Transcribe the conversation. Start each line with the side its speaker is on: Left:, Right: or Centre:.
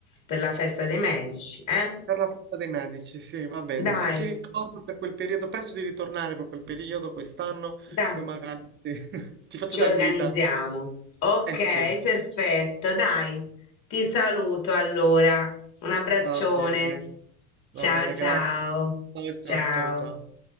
Left: per la festa dei medici, eh?
Right: Per la festa dei medici, sì, va bene.
Left: Dai,
Right: Se ci ritorno per quel periodo, penso di ritornare per quel periodo quest'anno,
Left: dai.
Right: poi magari sì, <laughs> ti faccio
Left: Ci
Right: da
Left: organizziamo.
Right: guida.
Left: Ok,
Right: Eh sì,
Left: perfetto, dai. Ti saluto allora. Un abbraccione.
Right: va bene,
Left: Ciao
Right: va bene,
Left: ciao.
Right: grazie. Ciao, ciao,
Left: Ciao.
Right: ciao, ciao.